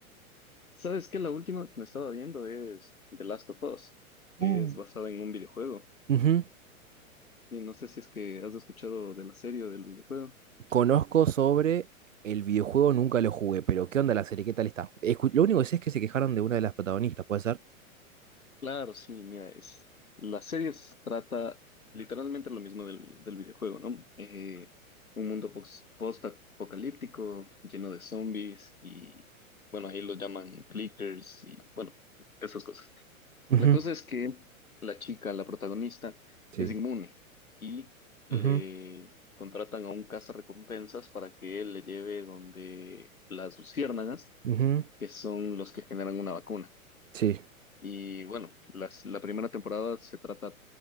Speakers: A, on the left; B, on the right.
A: ¿sabes qué? La última que me estaba viendo es The Last of Us, que
B: Uh.
A: es basada en un videojuego.
B: Ujú.
A: Sí, no sé si es que has escuchado de la serie o del videojuego.
B: Conozco sobre el videojuego, nunca lo jugué, pero ¿qué onda la serie? ¿Qué tal está? Escu- lo único que sé es que se quejaron de una de las protagonistas, ¿puede ser?
A: Claro, sí, mira, es, la serie se trata literalmente lo mismo del, del videojuego, ¿no? Eh, un mundo pos- post-apocalíptico, lleno de zombies y, bueno, ahí lo llaman clickers y, bueno, esas cosas.
B: Ujú.
A: La cosa es que la chica, la protagonista,
B: Sí.
A: es inmune y le
B: Ujú,
A: contratan a un cazarrecompensas para que él le lleve donde las luciérnagas,
B: ujú,
A: que son los que generan una vacuna.
B: Sí.
A: Y bueno, las- la primera temporada se trata